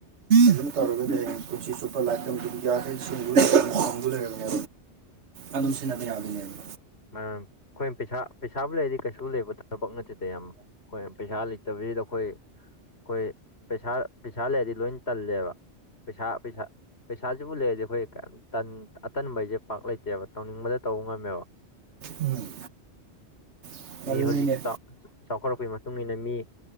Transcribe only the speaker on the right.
ꯑꯗꯨꯝ ꯇꯧꯔꯒꯗꯤ ꯍꯌꯦꯡ ꯄꯨꯟꯁꯤ ꯆꯨꯞꯄ ꯂꯥꯏꯔꯤꯛꯇꯗꯨ ꯌꯥꯈꯩꯁꯤꯡ ꯂꯩꯔꯒ ꯑꯗꯨꯝ ꯁꯤꯖꯤꯟꯅꯕ ꯌꯥꯗꯣꯏꯅꯦ ꯑꯗꯨ
ꯎꯝ <inaudible>
ꯑꯗꯨꯅꯤꯅꯦ